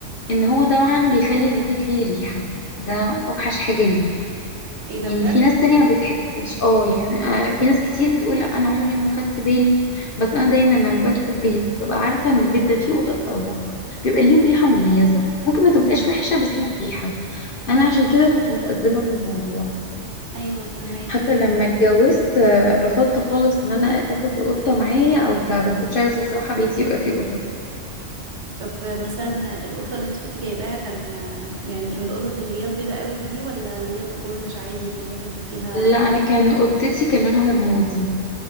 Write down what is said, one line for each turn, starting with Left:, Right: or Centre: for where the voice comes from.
Left: ان هو طبعا بيخلي البيت ليه ريحة ده اوحش حاجة ليهم
Right: ايه ده
Left: يعني
Right: بجد
Left: في ناس تانية ما بتحسش اه يعني آه، في ناس كتير بتقول لا انا عمري ما خدت بالي بس انا دايما لما بدخل بيت ببقى عارفة ان البيت ده فيه قطط او لا بيبقى ليهم ريحة مميزة ممكن ما تبقاش
Right: امم
Left: وحشة بس ليهم ريحة انا عشان كده كنت متأزمة من الموضوع
Right: ايوه فهماكي
Left: حتى لما اتجوزت آه، رفضت خالص ان انا اخد القطة معايا او بتاع ما كنتش عايزة الصراحة بيتي يبقى فيه قطط
Right: طب مثلا
Left: بس
Right: القطة اللي انت كنت جايباها كان يعني من القطط اللي هي البيضة قوي دي ولا اللي هي الأورنج عادي اللي هي بيبقى فيها
Left: لا انا كان قطتي كان لونها رمادي